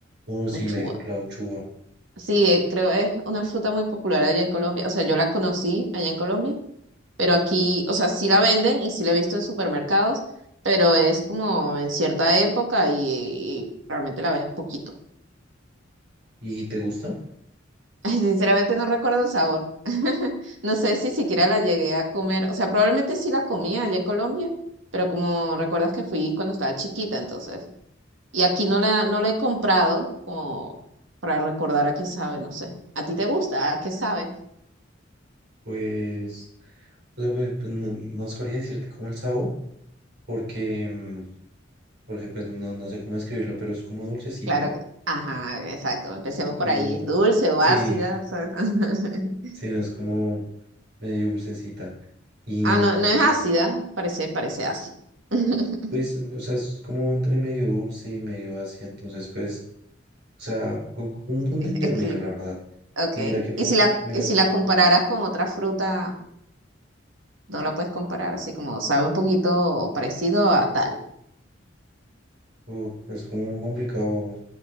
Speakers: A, on the right (about 60°); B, on the right (about 80°).
A: Oh, sí,
B: uchuva.
A: la, la uchuva.
B: Sí, eh, creo es una fruta muy popular allá en Colombia. O sea, yo la conocí allá en Colombia pero aquí, o sea, sí la venden y sí la he visto en supermercados, pero es como en cierta época y, y realmente la ves poquito.
A: ¿Y te gusta?
B: <laughs> Ay, Sinceramente no recuerdo el sabor. <laughs> No sé si siquiera la llegué a comer, o sea, probablemente sí la comía allá en Colombia, pero como recuerdas que fui cuando estaba chiquita, entonces, y aquí no la, no la he comprado como para recordar a qué sabe, no sé. ¿A ti te gusta? ¿A qué sabe?
A: Pues, o sea, pues, pues, no, no sabría decirte cómo el sabor, porque, mm, porque pues no, no sé cómo describirlo, pero es como dulcecita
B: Claro que, ajá, exacto, empecemos
A: y
B: por ahí. ¿Es
A: mm,
B: dulce o
A: sí,
B: ácida? ¿Sabes? <laughs>
A: sí, no es como medio dulcecita. Y
B: Ah,
A: mm,
B: no, no es ácida, parece, parece ácida. <laughs>
A: pues, o sea, es como entre medio dulce y medio ácida, entonces pues, o sea, un un punto
B: Es
A: intermedio,
B: equilibrada.
A: la verdad.
B: Ok.
A: Y mira que por,
B: Y si la,
A: mira
B: y si la compararas con otra fruta, no la puedes comparar, así como sabe un poquito parecido a tal.
A: Uf, es como complicado